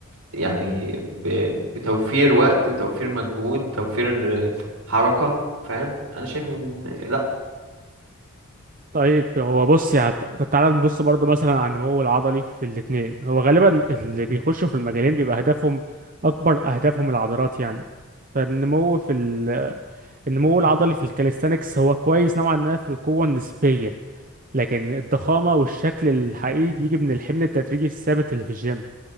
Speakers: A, on the right; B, on the right.
A: يعني ب... بتوفير وقت وتوفير مجهود توفير حركة فاهم انا شايف ان لا
B: طيب هو بص يعني طب تعالى نبص برضو مثلا على النمو العضلي في الاتنين هو غالبا اللي بيخشوا في المجالين بيبقى هدفهم أكبر أهدافهم العضلات يعني فالنمو في ال... النمو العضلي في الكاليستانكس هو كويس نوعا ما في القوة النسبية لكن الضخامة والشكل الحقيقي بيجي من الحمل التدريجي الثابت اللي في الجيم